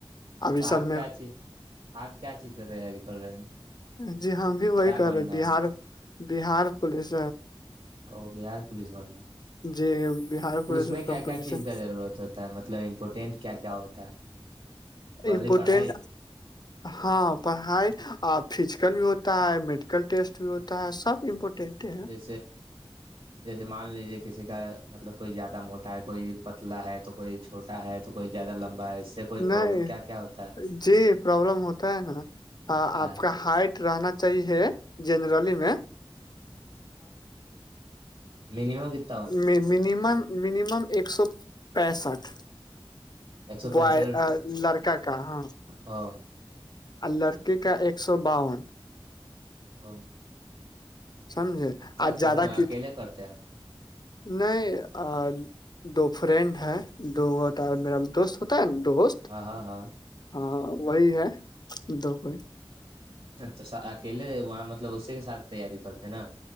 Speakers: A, on the left; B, on the right.
A: ابھی
B: تو
A: سب
B: آپ
A: میں
B: کیا چیز آپ کیا چیز کا تیاری کر رہے ہیں
A: جی ہم بھی وہی
B: کیا
A: کر
B: بننا
A: رہے بار
B: ہے
A: بہار پولیس
B: ا بہار پولیس وال نے
A: جی بہار پولیس
B: اس میں
A: کمپٹیشن
B: کیا کیا چیز کا ضرورت ہوتا ہے مطلب امپورٹینٹ کیا کیا ہوتا ہے اونلی
A: امپورٹینٹ
B: پڑھائی
A: ہاں پڑھائی اور فزیکل بھی ہوتا ہے میڈیکل ٹیسٹ بھی ہوتا ہے سب امپورٹینٹ ہے
B: جے جیسے مان لیجیے کسی کا مطلب کوئی زیادہ موٹا ہے کوئی پتلا ہے تو کوئی چھوا ہے تو کوئی زیادہ لمبا ہے اس سے کوئی پرابلم
A: نہیں
B: کیا کیا ہوتا
A: جی پرابلم ہوتا ہے نا
B: ہے
A: آپ کا ہائٹ رہنا صحیح ہے جنرلی میں
B: مینمم کتنے
A: مم مینمم ایک سو پینسٹھ
B: ایک سو
A: بوائے
B: پینسٹھ
A: لڑکا کا ہاں
B: او
A: لڑکی کا ایک سو باون
B: ہاں
A: سمجھے آج
B: کون
A: زیادہ
B: کون اکیلے
A: کی ت
B: کرتے ہیں آپ
A: نہیں دو فرینڈ ہے دوتا میرا دوست ہوتا ہے نا دو گست
B: ہاں ہاں ہاں
A: ہاں وہی ہے دو کوئی
B: چ اکیلے وہاں مطلب اسی کے ساتھ تیاری کرتے ہیں نا